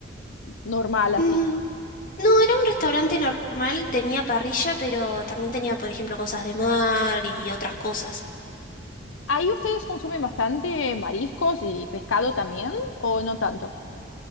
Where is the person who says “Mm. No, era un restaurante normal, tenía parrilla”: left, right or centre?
Left